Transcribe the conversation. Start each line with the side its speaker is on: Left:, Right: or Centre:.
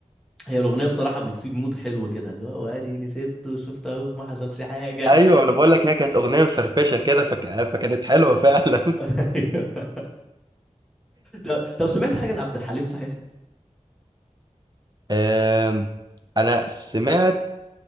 Centre: هي الأغنية بصراحة بتسيب مود حلو كده اللي هو واديني سبت وشفت اهو ما حصلش حاجة
Right: ايوه انا بقول لك هي كانت اغنيه مفرفشه كده فك... فكانت حلوه فعلا
Centre: <laughs> طب طب سمعت حاجة لعبد الحليم صحيح؟
Right: <laughs> آم، انا سمعت